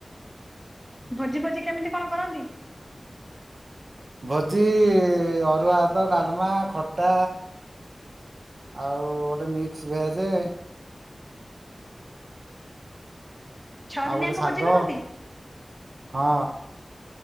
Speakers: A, in the centre; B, on the right (about 65°).
A: ଭୋଜି ଫୋଜି କେମିତି କଣ କରନ୍ତି?
B: ଭୋଜି ଅରୁଆ ଭାତ ଡାଲମା ଖଟା। ଆଉ ଗୋଟେ ମିକ୍ସ ଭେଜେ।
A: ଛଅ
B: ଆଉ
A: ଦିନିଆଙ୍କ
B: ଗୋଟେ ଶାଗ
A: ଭୋଜି କରନ୍ତି?
B: ହଁ।